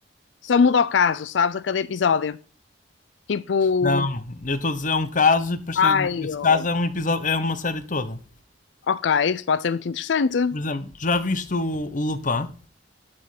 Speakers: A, on the left; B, on the left.
A: Só muda o caso, sabes? A cada episódio. Tipo,
B: Não, eu estou a dizer é um caso e depois tem-
A: ai,
B: esse
A: ou-
B: caso é um episódio, é uma série toda.
A: ok, isso pode ser muito interessante.
B: Por exemplo, já viste o, o Lupin?